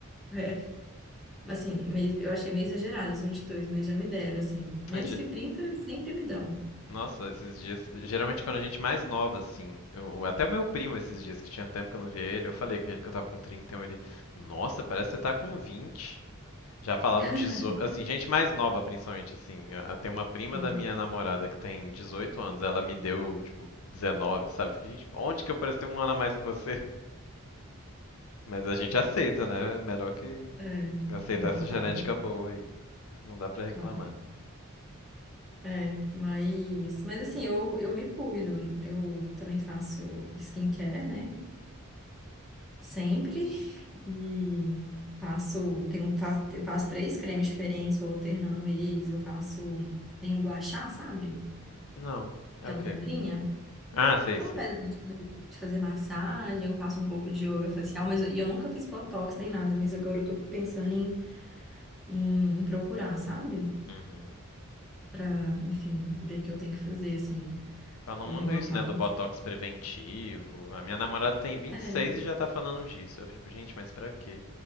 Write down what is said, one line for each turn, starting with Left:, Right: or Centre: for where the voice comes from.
Centre: É. Assim, meio- eu achei meio exagerado esses vinte e dois mas já me deram, assim. Menos
Left: <laughs>
Centre: que trinta sempre me dão.
Left: Nossa, esses dias, geralmente quando a gente mais nova, assim, eu, até o meu primo esses dias, que tinha tempo que eu não via ele, eu falei que ele que eu tava com 30, então ele, nossa, parece que você tá com 20. Já falaram
Centre: <laughs>
Left: 18, assim, gente mais nova principalmente, assim, a- tem uma prima
Centre: Sim.
Left: da minha namorada que tem 18 anos, ela me deu, tipo, 19, sabe? Porque, gente, onde que eu pareço ter um ano a mais que você? Mas a gente aceita, né? É Melhor que
Centre: É.
Left: aceitar
Centre: Não,
Left: essa
Centre: claro,
Left: genética boa aí, não dá pra reclamar.
Centre: claro. É, mas, mas assim, eu, eu me cuido. Eu também faço skincare, né? Sempre. <laughs> E passo, tenho, faço, eu passo três cremes diferentes, vou alternando eles. Eu faço, tenho guachá, sabe?
Left: Não, é
Centre: Aquela
Left: o quê?
Centre: pedrinha.
Left: Ah, sei,
Centre: Aquela
Left: sei.
Centre: pedrinha de fazer, de fazer massagem. Eu faço um pouco de yoga facial, mas eu, e eu nunca fiz botox nem nada. Mas agora eu tô pensando em, em, em procurar, sabe?
Left: Uhum.
Centre: Pra, enfim, ver o que eu tenho que fazer, assim,
Left: Falam
Centre: algum
Left: muito
Centre: botox.
Left: isso, né, do botox preventivo. A minha namorada tem 26
Centre: É,
Left: e seis e já tá falando disso. Eu fico, gente, mas pra quê?